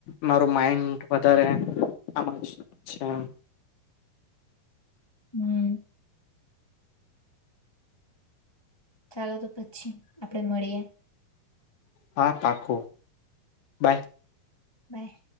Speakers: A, on the left; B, on the left.
A: મારું માઈન્ડ વધારે આમાં જ છે એમ
B: હમ ચાલો તો પછી આપડે મળીએ
A: હા પાક્કુ બાય.
B: બાય